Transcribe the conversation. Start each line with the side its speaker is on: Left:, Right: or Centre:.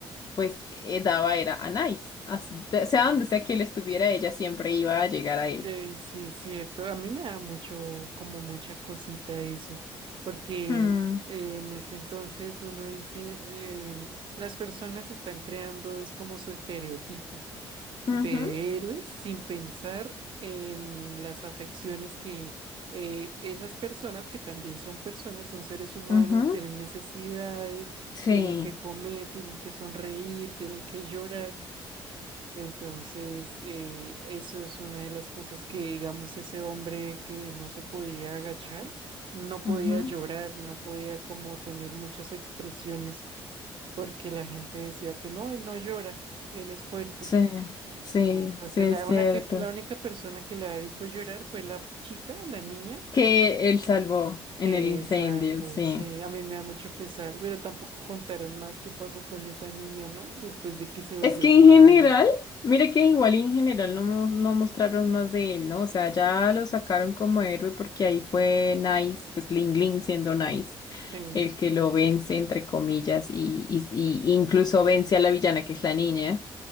Left: pues eh, daba era a Nice. As- de- sea donde sea que él estuviera, ella siempre iba a llegar a él.
Right: Eh, sí, es cierto. A mí me da mucho, como mucha cosita eso, porque
Left: Hmm,
Right: eh, en ese entonces uno dice, em, las personas están creando, es como su estereotipo
Left: ujú.
Right: de héroes sin pensar en las afecciones que eh, esas personas, que también son personas, son seres humanos,
Left: Ujú,
Right: tienen necesidades,
Left: Sí,
Right: tienen que comer, tienen que sonreír, tienen que llorar. Entonces, eh, eso es una de las cosas que, digamos, ese hombre que no se podía agachar, no podía
Left: ujú,
Right: llorar, no podía como tener muchas expresiones, porque la gente decía que no, él no llora, él es fuerte.
Left: Sí, sí,
Right: Entonces,
Left: sí, es
Right: la
Left: cierto.
Right: única, la única persona que lo había visto llorar fue la chica, la niña,
Left: Que él salvó
Right: que
Left: en el incendio,
Right: él salvó.
Left: sí.
Right: Sí, a mí me da mucho pesar, pero tampoco contaron más qué pasó con esa niña, ¿no? Después de que se volvió
Left: Es que
Right: mala.
Left: en general, mire que igual y en general no, mos- no mostraron más de él, ¿no? O sea, ya lo sacaron como héroe porque ahí fue Nice, pues Ling Ling siendo Nice,
Right: Sí,
Left: el que lo vence, entre comillas, y, y, y incluso vence a la villana que es la niña.